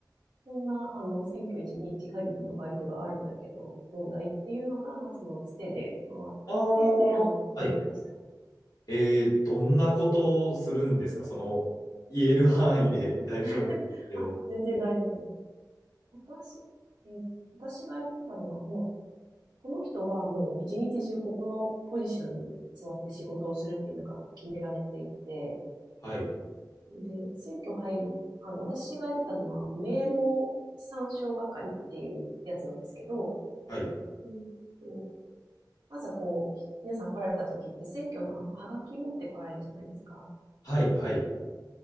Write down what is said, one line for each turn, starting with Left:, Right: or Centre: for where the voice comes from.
Right: こんな、あの、選挙1日限りのバイトがあるんだけど、どうだいっていうのが、その、つてで回ってきて、
Left: ああ、
Right: で、あの、
Left: はい。
Right: お願いした。
Left: えー、どんなことをするんですかその、言える範囲で <laughs> 大丈夫ですけど。
Right: <laughs> あ、全然大丈夫です。私、えー私がやってたのはもう、この人はもう一日中ここのポジションに座って仕事をするっていうのが決められていて、
Left: はい。
Right: で、選挙入る、あの、私がやってたのは名簿参照係っていうやつなんですけど、
Left: はい。
Right: うんと、まずはこう、皆さん来られた時って選挙のあの、はがき持って来られるじゃないですか。
Left: はい。はい。